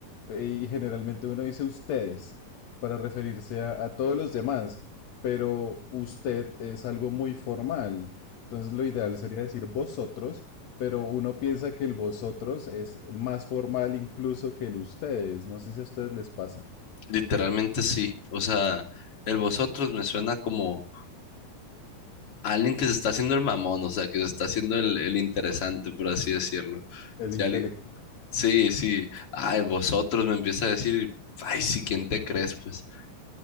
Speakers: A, on the left (about 65°); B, on the left (about 45°).
A: y generalmente uno dice ustedes para referirse a, a todos los demás, pero usted es algo muy formal. Entonces lo ideal sería decir vosotros, pero uno piensa que el vosotros es más formal incluso que el ustedes. No sé si a ustedes les pasa.
B: Literalmente sí. O sea, el vosotros me suena como alguien que se está haciendo el mamón, o sea, que se está haciendo el, el interesante, por así decirlo.
A: El
B: Si
A: intelectual.
B: alguien- Sí, sí. Ay, vosotros me empieza a decir, y, ay, sí, ¿quién te crees? Pues